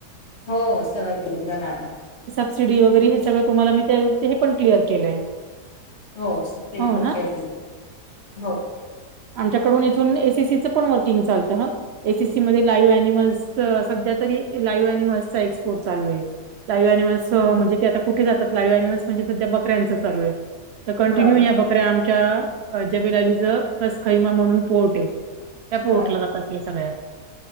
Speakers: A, on the left; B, on the right.
A: हो सगळं क्लियर झालं आता
B: सीडी वगैरे हे सगळं तुम्हाला मी पण क्लिअर केलंय
A: हो सबसिडी
B: हो
A: पण
B: ना?
A: के दि हो
B: आमच्याकडून इथून एसीसीचं पण वर्किंग चालत हा एसीसी मध्ये लाईव्ह अनिमल् सध्या तरी लाईव्ह ॲनिमल चा एक्सपोर्ट चालू आहे लाईव्ह अनिमल्स म्हणजे
A: हो.
B: ते आ ते कुठे जात लाईव्ह अनिमल्स म्हणजे सध्या बकऱ्यांच चालू आहे तर कंटिन्यूया
A: हा
B: बकऱ्या आमच्या जबेलालीच रसखैमा म्हणून पोर्ट आहे त्या पोटला
A: हा
B: जातात ते सगळ्या.